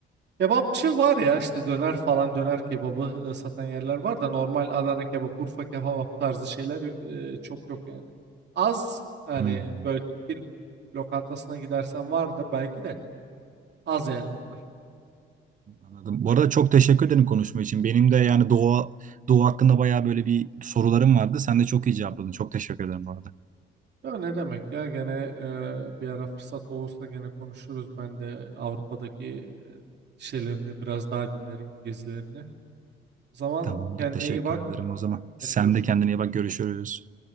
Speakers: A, on the right; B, on the right.
A: Kebapçı var ya işte döner falan döner kebabı e, satan yerler var da normal Adana kebap, Urfa kebap tarzı şeyler e, çok yok yani. Az yani
B: Hmm,
A: böyle Türk bir lokantasına gidersen vardır belki de az yani onlar.
B: anladım. Bu arada çok teşekkür ederim konuşma için. Benim de yani Doğu Doğu hakkında bayağı böyle bir sorularım vardı. Sen de çok iyi cevapladın. Çok teşekkür ederim bu arada.
A: Ya ne demek ya gene e, bir ara fırsat olursa gene konuşuruz. Ben de Avrupa'daki e, şeylerini biraz daha dinlerim gezilerini. O zaman
B: Tamamdır.
A: kendine
B: Teşekkür
A: iyi bak.
B: ederim o zaman. Sen
A: Gene görüşürüz.
B: de kendine iyi bak. Görüşürüz.